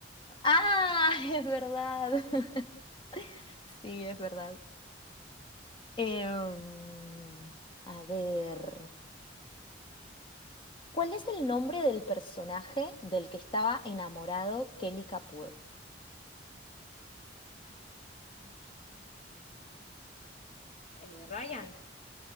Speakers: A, on the left; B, on the left.
A: Ah, es verdad. <laughs> Sí, es verdad. Em, a ver, ¿cuál es el nombre del personaje del que estaba enamorado Kelly Kapoor?
B: ¿Cómo se llama? Eh, eh, Ryan.